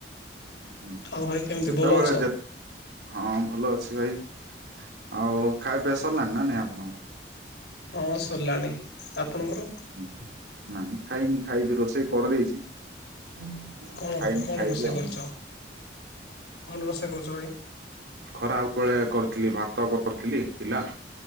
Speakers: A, on the right; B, on the left.
A: ହୁଁ
B: ଆଉ ଭାଇ କେମିତି
A: ଯେତେବେଳେ
B: ଭଲ ଅଛ?
A: ଯେତ ହଁ ଭଲ ଅଛି ଭାଇ ଆଉ ଖାଇବା ପିଇବା ସରିଲାଣି ନା ନାଇଁ ଆପଣଙ୍କର।
B: ହଁ ସରିଲାଣି ଆପଣଙ୍କର।
A: ହୁଁ ନାଇଁ ଖାଇନି ଖାଇବି ରୋଷେଇ କରିଦେଇଛି। ନାଁଇ,
B: କଣ
A: ଖାଇନି
B: କଣ
A: ଖାଇବି
B: ରୋଷେଇ
A: ଆଉ
B: କରିଛ? କଣ ରୋଷେଇ କରୁଛ ଭାଇ?
A: ଖରାପ ବେଳେ କରିଥିଲି ଭାତ କରିଥିଲି ଥିଲା